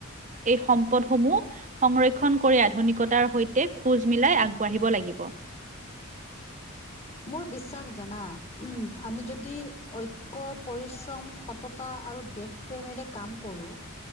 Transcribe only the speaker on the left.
মোৰ বিশ্বাস জনা আমি যদি ঐক্য পৰিশ্ৰম স ততা আৰু দেশ প্ৰেমেৰে কাম কৰো